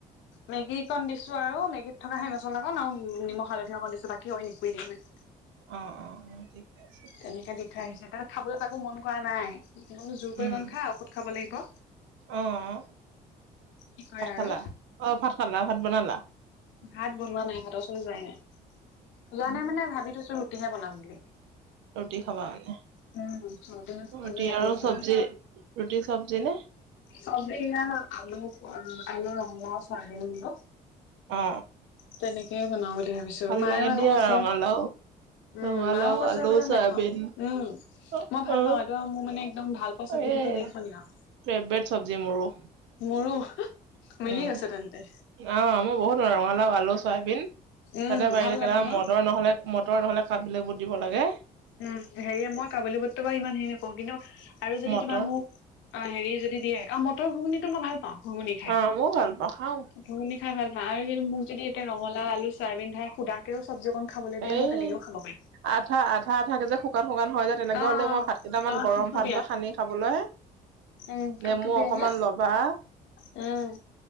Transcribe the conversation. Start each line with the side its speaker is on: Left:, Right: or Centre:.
Left: মেগী কণ দিছো আৰু মেগীত থকা সেই মছলাকণ আও নিমখ হালধি অকণ দিছো বাকী অইন এনেকোৱে দিয়া নাই
Right: অ অ অ ঠিকে আছে
Left: তেনেকে দি থৈ আহিছো তা খাবলৈ তাকো মন কৰা নাই মই বোলো জোৰ কৰি
Right: উম
Left: অকন খা ঔষধ খাব লাগিব
Right: অ অ
Left: কি কৰে
Right: ভাত
Left: আৰু
Right: খালা, অ ভাত খালা ভাত বনালা
Left: ভাত বনোৱা নাই ভাতৰ ওচলো যোৱাই নাই যোৱা
Right: উম,
Left: নাই মানে ভাবি থৈছো ৰুটিহে বনাম বুলি
Right: ৰুটি খাবা মানে
Left: উম চৰ্দি চৰ্দি
Right: ৰুটি
Left: লাগি
Right: আৰু
Left: আছে
Right: চবজি
Left: যে
Right: ৰুটি চব্জি নে
Left: চবজি এয়া আলু, আলু, ৰঙালাও চয়াবিন বোলোঁ।
Right: অ অ
Left: তেনেকেই বনাও বুলি ভাবিছো
Right: ভাল
Left: মায়েও
Right: লাগে
Left: আকৌ
Right: দিয়া
Left: কৈছে
Right: ৰঙালাও,
Left: উম
Right: ৰঙালাও,
Left: মাও কৈছে
Right: আলু,
Left: বোলে
Right: চয়াবিন।
Left: নাখাও উম
Right: অ',
Left: মই ভাল
Right: অ,
Left: পাওঁ এইটো মোৰ মানে একদম ভাল পোৱা চবজি
Right: এই
Left: ভিতত এইখনে আও
Right: ফেভৰেট চব্জি মোৰো,
Left: মোৰো মিলি
Right: উম।
Left: গৈছে তেন্তে
Right: অ মই বহুত মানে ৰঙালাও, আলু, চয়াবিন
Left: উম
Right: তাতে পাৰিলে
Left: ভাল লাগে
Right: কেইটামান
Left: ন?
Right: মটৰ নহ'লে মটৰ নহ'লে কাবুলি বুট দিব লাগে।
Left: উম, হেৰি মই কাবুলী বুটটো বা ইমান হেৰি নকৰোঁ, কিন্তু আৰু যদি
Right: মটৰ
Left: তোমাৰ মোক অ'- হেৰি যদি দিয়ে- অ' মটৰ ঘুগুনিটো মই ভাল পাওঁ, ঘুগুনি খাই।
Right: অ', মইও ভাল পাও খাও।
Left: ঘুগুনী খাই ভাল পাওঁ আৰু কিন্তু মোক যদি এতিয়া সেই ৰঙলাও, আলু, চয়াবিন খাই সুদা কেও চবজি অকণ খাবলৈ দিয়ে,
Right: এই
Left: মই তেনেকেও খাব পাৰিম।
Right: আঠা- আঠা - আঠাকে যে শুকান - শুকান হয় যে তেনেকুৱা
Left: অ
Right: হ'লে, মই ভাত কেইটামান
Left: অ। অ
Right: গৰম
Left: থুপথুপীয়া
Right: ভাত লৈ সানি খাবলৈ
Left: উম থুপথুপীয়াকে
Right: নেমু অকমান লবা
Left: উম।